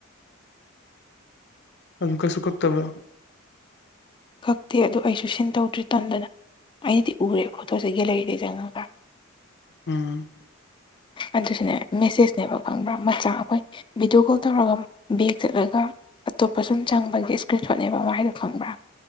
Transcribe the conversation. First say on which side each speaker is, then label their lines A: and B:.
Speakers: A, on the left; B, on the left.
A: ꯑ ꯀꯁ ꯀ ꯇꯕ꯭ꯔꯣ
B: ꯀꯛꯇꯦ ꯑꯗꯣ ꯑꯩꯁꯨ ꯁꯤꯟ ꯇꯧꯗ꯭ꯔꯤ ꯇꯟꯗꯅ ꯑꯩꯅꯗꯤ ꯎꯔꯦ ꯐꯣꯇꯣꯁꯦ ꯒꯦꯂꯔꯤꯗꯩ ꯆꯪꯉ
A: ꯎꯝ
B: ꯑ ꯁꯤꯅꯦ ꯃꯦꯁꯦꯖꯅꯦꯕ ꯐꯪꯕ꯭ꯔꯥ ꯃꯆꯥ ꯑꯩꯈꯣꯏ ꯚꯤꯗꯤꯑꯣ ꯀꯣꯜ ꯇꯧꯔꯒ ꯕꯦꯒ ꯆꯠꯂꯒ ꯑꯇꯣꯞꯄ ꯁꯨꯝ ꯆꯪꯕꯒꯤ ꯏꯁꯀ꯭ꯔꯤꯟ ꯁꯣꯠꯅꯦꯕ ꯃꯥꯗꯣ ꯈꯪꯕ꯭ꯔꯥ